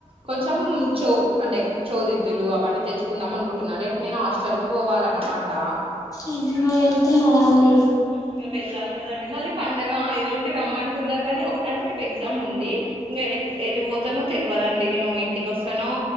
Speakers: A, on the right; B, on the left.
A: కొంచెం చ అంటే చౌదిద్దులు అవన్నీ తెచ్చుకుందాం అనుకుంటున్నారు రేపుడు నేను హాస్టల్ కి పోవాల అన్నమాట
B: అమా వెళ్తున్నారా అండి
A: ఇంకా వెళ్ళాలి కదండి మళ్ళీ పండగ ఎల్లుండి రమ్మంటున్నారు కాగానీ ఒక అంటే నకు ఎగ్జామ్ ఉంది ఇంకా ఎది పోతానో తెలియదండి నేను ఇంటికి వస్తానో